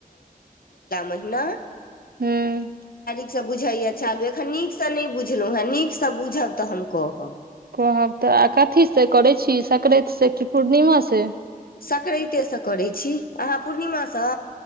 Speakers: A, on the left; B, on the right.
A: महिना
B: ह
A: नसँ बुझैय चालू एखन नीकसँ नहि बुझलहुँ हेँ नीकसँ बुझब तऽ हम कहब
B: कहब तऽ कथी से करै छी संक्रांति से कि पूर्णिमा से
A: सकरातेसँ करैत छी अहाँ पूर्णिमासँ